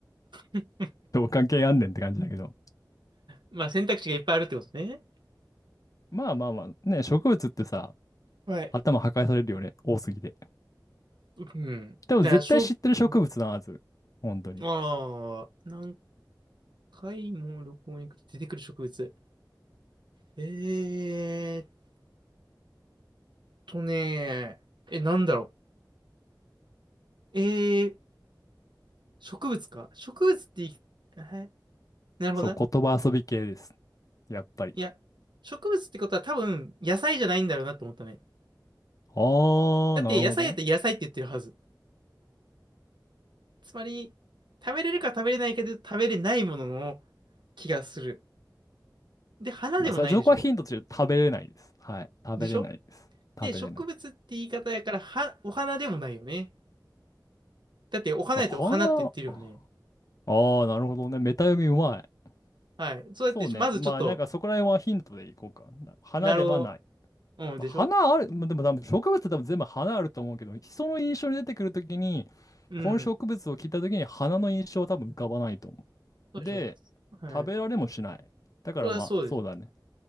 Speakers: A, on the right; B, on the left.
A: <laughs>
B: どう関係あんねんって感じだけど。
A: まあ選択肢がいっぱいあるってことね。
B: まあまあまあ、ね、植物ってさ、
A: はい。
B: 頭破壊されるよね、多すぎて。
A: うん。
B: でも絶対知ってる植物なはず。
A: だから、しょうん、
B: 本当に。
A: ああ、何回も旅行に行くと出てくる植物。えーっとね、え、なんだろう。えー、植物か。植物ってい、えなるほどな。
B: そう、言葉遊び系です。やっぱり。
A: いや、植物ってことは多分野菜じゃないんだろうなと思ったね。
B: あー、
A: だって野菜やったら野菜って言ってるはず。
B: なるほど。
A: つまり、食べれるか食べれないけど食べれないものの気がする。で、花でもないでしょ
B: まあ、それは情報はヒントとして食べれないです。はい。食べれないです。
A: でしょ
B: 食べれない。
A: で、植物って言い方やから、は、お花でもないよね。だって、お花やったらお花って言ってるよね。
B: 花、あー、なるほどね。メタ読みうまい。
A: はい。そうやって、
B: そうね。
A: まずちょっと、
B: まあ、なんかそこら辺はヒントでいこうか。花ではない。
A: なろう、うん、
B: まあ、
A: でしょ
B: 花ある、まあ、でも多分植物って多分全部花あると思うけど、人の印象に出てくるときに、
A: うん。
B: この植物を聞いたときに花の印象は多分浮かばないと思
A: そうでしょ
B: う。で、
A: はい。
B: 食べられもしない。だからまあ、
A: それはそうでしょ
B: そうだね。